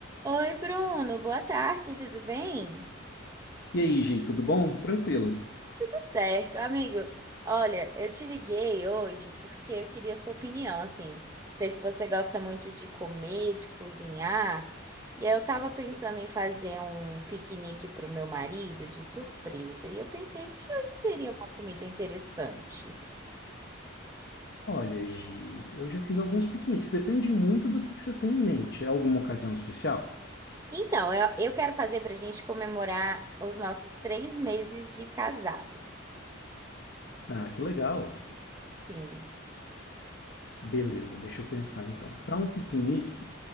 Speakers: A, on the right; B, on the left.
A: Oi, Bruno, boa tarde, tudo bem?
B: E aí, Gi, tudo bom? Tranquilo?
A: Tudo certo, amigo. Olha, eu te liguei hoje porque eu queria a sua opinião, assim. Sei que você gosta muito de comer, de cozinhar, e aí eu tava pensando em fazer um piquenique pro meu marido de surpresa, e eu pensei que seria uma comida interessante.
B: Olha, Gi, eu já fiz alguns piqueniques. Depende muito do que, que você tem em mente. É alguma ocasião especial?
A: Então, eu, eu quero fazer pra gente comemorar os nossos três meses de casado.
B: Ah, que legal.
A: Sim.
B: Beleza, deixa eu pensar então. Para um piquenique,